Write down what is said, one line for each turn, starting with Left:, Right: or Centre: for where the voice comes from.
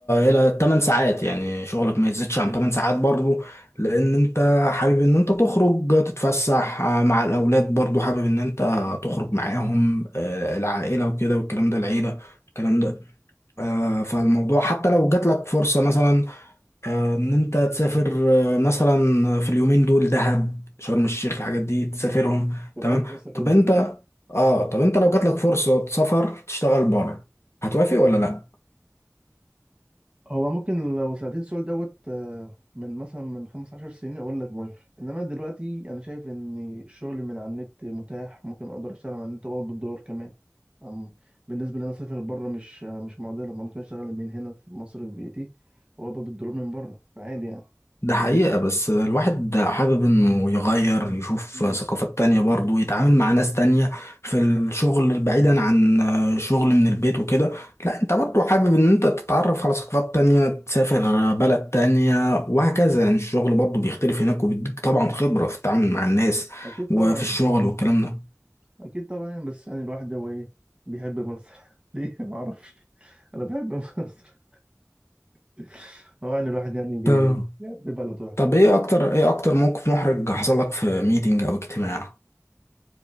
Left: إلى 8 ساعات يعني شغلك ما يزيدش عن
Right: مم.
Left: 8 ساعات برضو لأن أنت حابب إن أنت تخرج تتفسح مع الأولاد برضو حابب إن أنت تخرج معاهم آه، العائلة وكده والكلام ده العيلة الكلام ده آه، فالموضوع حتى لو جات لك فرصة مثلا آه، ان انت تسافر آه، مثلا في اليومين دول دهب شرم الشيخ الحاجات دي تسافرهم
Right: كنت
Left: تمام
Right: عاجبك مثلا جدا
Left: طب انت اه طب انت لو جاتلك فرصة سفر تشتغل بره هتوافق ولا لا
Right: هو ممكن لو سألتني السؤال دوت آه، من مثلا من خمس عشر سنين أقول لك موافق إنما دلوقتي أنا شايف إن الشغل من على النت متاح ممكن أقدر أشتغل على النت وأقبض بالدولار كمان أم- بالنسبة لي أنا أسافر بره مش آه، مش معضلة ما ممكن أشتغل من هنا في مصر في بيتي وأقبض بالدولار من بره فعادي يعني
Left: ده حقيقة بس الواحد حابب انه يغير يشوف
Right: مم.
Left: ثقافات تانية برضه يتعامل مع ناس تانية في الشغل بعيدا عن شغل من البيت وكده لا انت برضه حابب ان انت تتعرف على ثقافات تانية تسافر بلد تانية وهكذا يعني الشغل برضه بيختلف هناك وبيديك طبعا خبرة في التعامل مع
Right: أم،
Left: الناس
Right: أكيد
Left: وفي
Right: طبعا
Left: الشغل والكلام ده
Right: أكيد طبعا يعني، بس يعني الواحد هو إيه بيحب مصر <laughs> ليه معرفش أنا بحب مصر <laughs> طبعا الواحد يعني بي-
Left: طب
Right: بيحب بلده يعني
Left: طب ايه اكتر ايه اكتر موقف محرج حصل لك في ميتنج او اجتماع